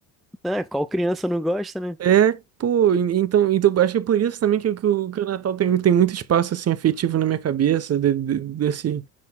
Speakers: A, in the centre; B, on the right.
A: Ah, qual criança não gosta, né?
B: É, pô, en- então, então acho que é por isso também que, o, que o que o Natal tem, tem muito espaço, assim, afetivo na minha cabeça, de- de- desse